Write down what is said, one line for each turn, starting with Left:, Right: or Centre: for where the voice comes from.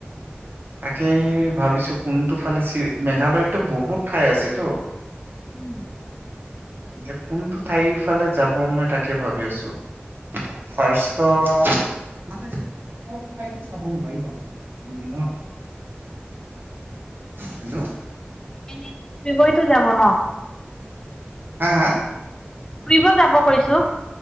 Right: তাকেই ভাৱিছো কোনটো ফালে চি মেঘালয়তটো বহুত ঠাই আছে তো
Left: উম,
Right: এতিয়া কোনটো ঠাইৰ ফালে যাব মই তাকে ভাৱি আছোঁ। ৰ্ফাষ্টত মানে চব ঠাইটো চাব নোৱাৰিব ন'দুদিন হেল্ল',
Left: এনেটো ফুৰিবইটো যাব ন?
Right: হা-হা?
Left: ফুৰিব যাব কৈছো।